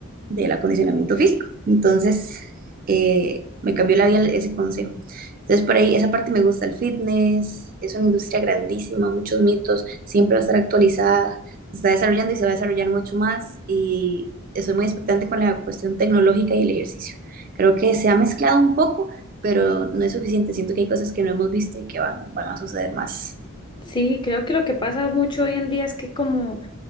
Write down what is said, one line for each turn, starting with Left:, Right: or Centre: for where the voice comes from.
Right: del acondicionamiento físico. Entonces, eh, me cambió la vida ese consejo. Entonces, por ahí, esa parte me gusta el fitness, es una industria grandísima, muchos mitos, siempre va a estar actualizada, se está desarrollando y se va a desarrollar mucho más y estoy muy expectante con la cuestión tecnológica y el ejercicio. Creo que se ha mezclado un poco, pero no es suficiente. Siento que hay cosas que no hemos visto y que van, van a suceder más.
Left: Sí, creo que lo que pasa mucho hoy en día es que como